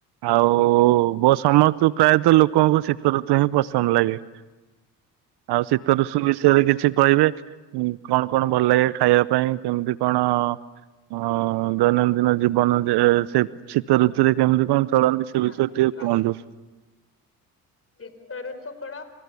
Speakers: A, on the right (about 60°); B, on the left (about 30°).
A: ଆଉ ମୋ ସମସ୍ତ ପ୍ରାୟତଃ ଲୋକଙ୍କୁ ଶୀତ ଋତୁ ହିଁ ପସନ୍ଦ ଲାଗେ। ଆଉ ଶୀତ ଋଷୁ ବିଷୟରେ କିଛି କହିବେ କଣ କଣ ଭଲ ଲାଗେ ଖାଇବା ପାଇଁ କେମିତି କଣ ଅ ଦୈନନ୍ଦିନ ଜୀବନ ଯେ ସେ ଶୀତ ଋତୁରେ କେମିତି କଣ ଚଳାନ୍ତି ସେ
B: ହଁ
A: ବିଷୟରେ ଟିକେ କୁହନ୍ତୁ।
B: ଶୀତ ରଋ ତୁ କଳ